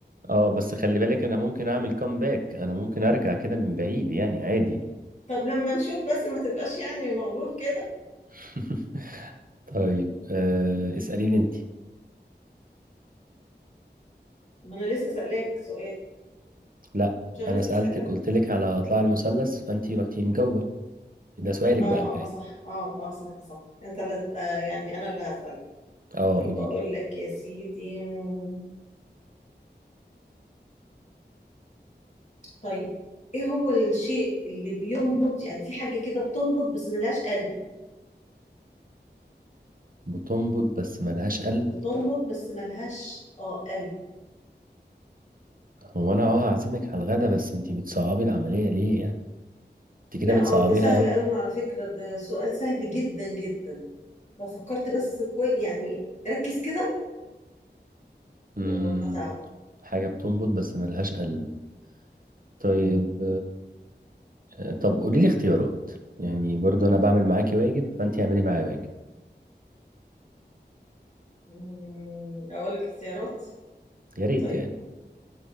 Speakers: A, on the right (about 50°); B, on the left (about 40°).
A: اه بس خلي بالك انا ممكن اعمل كومباك انا ممكن ارجع كده من بعيد يعني عادي
B: طب لما نشوف بس ما تبقاش يعني مغرور كده
A: <laughs> طيب آه اسأليني انت
B: ما انا لسه سألاك سؤال
A: لا
B: مش انا
A: انا
B: لسه
A: سألتك
B: سألاك
A: قلت لك على اضلاع المثلث فانت رحتي مجاوبة ده سؤالك
B: اه
A: بقى الجاي
B: اه صح اه اه صح صح انت لا آه يعني انا اللي هسأل
A: اه
B: طيب
A: قولي
B: اقول
A: لي
B: لك يا سيدي مم، طيب ايه هو الشيء اللي بينبض يعني في حاجة كده بتنبض بس ملهاش قلب
A: بتنبض بس ملهاش قلب
B: بتنبض بس ملهاش اه قلب
A: هو انا اه هعزمك على الغدا بس انت بتصعبي العملية ليه يعني انت
B: لا
A: كده بتصعبيها
B: اه ده سهل
A: قوي
B: قوي على فكرة ده سؤال سهل جدا جدا لو فكرت بس كويس يعني ركز كده
A: امم
B: وهتعرف
A: حاجة بتنبض بس ملهاش قلب طيب
B: مم.
A: آه طب قولي لي اختيارات يعني برضو انا بعمل معاكي واجب فانت اعملي معايا واجب
B: مم، أقول لك اختيارات
A: يا ريت
B: طيب
A: يعني